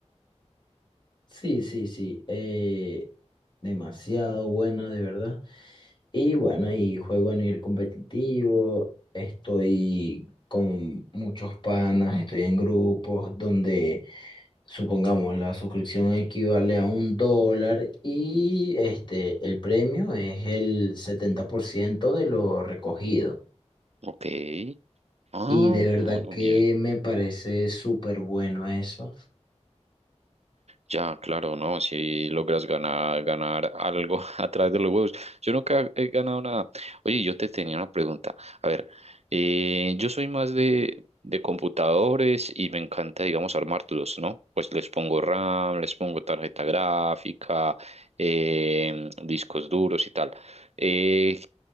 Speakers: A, on the left; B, on the right.
A: Sí, sí, sí. eh, demasiado buena, de verdad. Y bueno, y juego a nivel competitivo. Estoy con muchos panas, estoy en grupos donde, supongamos, la suscripción equivale a un dólar y este, el premio es el 70% de lo recogido.
B: Ok. Ah,
A: Y de verdad
B: bueno,
A: que
B: bien.
A: me parece súper bueno eso.
B: Ya, claro, no, si logras ganar, ganar algo <laughs> a través de los huevos. Yo nunca he ganado nada. Oye, yo te tenía una pregunta. A ver, eh, yo soy más de, de computadores y me encanta, digamos, armarlos, ¿no? Pues les pongo RAM, les pongo tarjeta gráfica, eh, discos duros y tal. Eh,